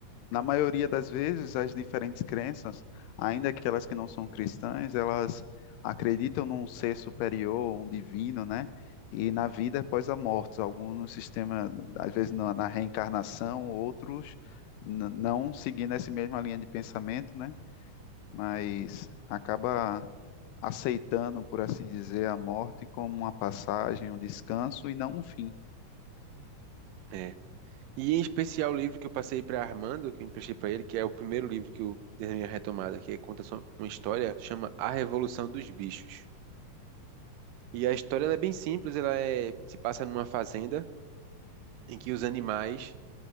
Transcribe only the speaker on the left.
na maioria das vezes, as diferentes crenças, ainda que elas que não são cristãs, elas acreditam num ser superior, um divino, né? E na vida após a morte, alguns no sistema, às vezes na, na reencarnação, outros n- não seguindo essa mesma linha de pensamento, né? Mas acaba aceitando, por assim dizer, a morte como uma passagem, um descanso e não um fim.